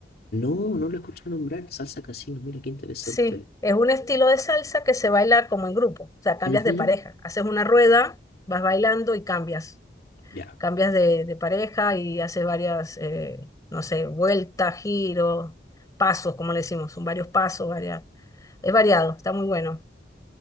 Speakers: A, on the left (about 60°); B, on the left (about 20°).
A: No, no lo he escuchado nombrar, Salsa Casino, mira qué interesante.
B: Sí, es un estilo de salsa que se baila como en grupo, o sea, cambias
A: Ujú,
B: de pareja. Haces una rueda, vas bailando y cambias.
A: Ya.
B: cambias de, de pareja y haces varias, eh, no sé, vueltas, giros, pasos, como le decimos, son varios pasos, varias, es variado, está muy bueno.